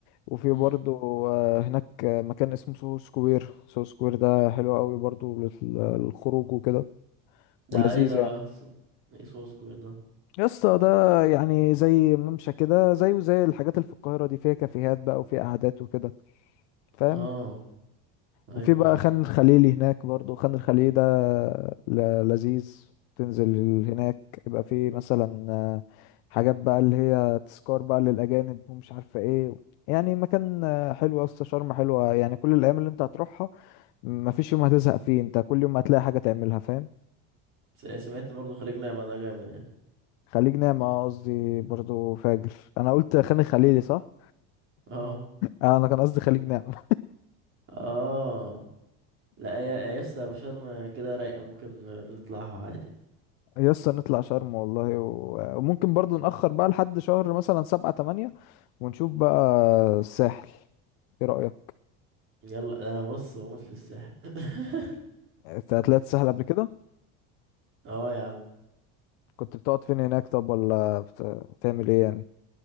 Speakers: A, on the left (about 85°); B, on the right (about 35°).
A: وفي
B: مم.
A: برضو آه، هناك آه، مكان اسمه سو سكوير سو سكوير ده حلو قوي برضو لل- للخروج وكده
B: ده
A: ولذيذ
B: ايه ده
A: يعني
B: بقى ص- ايه سوسكو ده
A: يا اسطى ده يعني زي ممشى كده زيه زي الحاجات اللي في القاهرة دي فيها كافيهات بقى وفيها قعدات وكده فاهم
B: اه ايوه
A: وفي بقى
B: ايوه
A: خان الخليلي هناك برضو خان الخليلي ده ل- لذيذ تنزل هناك يبقى في مثلا آه، حاجات بقى اللي هي تذكار بقى للأجانب ومش عارفة ايه يعني مكان آه، حلو يا اسطى شرم حلوة يعني كل الأيام اللي انت هتروحها مفيش يوم هتزهق فيه انت كل يوم هتلاقي حاجة تعملها فاهم
B: س- سمعت برضه خليج نعمة ده جامد يعني
A: خليج نعمة قصدي برضو فاجر انا قلت خان الخليلي صح
B: اه
A: آه، انا كان قصدي خليج نعمة
B: اه لا يا يسطا شرم كده رايقة ممكن نطلعها عادي
A: <laughs> يسطا نطلع شرم والله و... وممكن برضو نأخر بقى لحد شهر مثلا سبعة تمانية ونشوف بقى الساحل ايه رأيك
B: يلا ده انا بص بموت في الساحل <laughs>
A: انت طلعت الساحل قبل كده
B: اه يا عم
A: كنت بتقعد فين هناك طب ولا بت... بتعمل ايه يعني